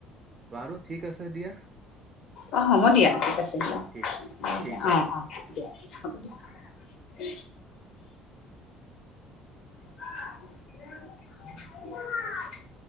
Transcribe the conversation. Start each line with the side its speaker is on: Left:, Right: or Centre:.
Right: বাৰু ঠিক আছে দিয়া
Left: অ হ'ব দিয়া ঠিক আছে। দিয়া
Right: ঠিক
Left: অ
Right: ঠিক
Left: দিয়া অ
Right: আছে
Left: অ হব দিয়া। <unintelligible>